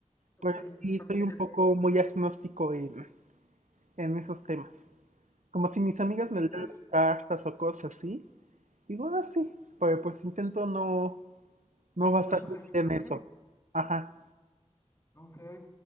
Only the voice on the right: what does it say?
Pues sí,
soy un poco
muy agnóstico en, en esos temas. Como si mis amigas
me leen las cartas o cosas así, digo, ah, sí, pero pues intento no, no basarme
en eso. Ajá.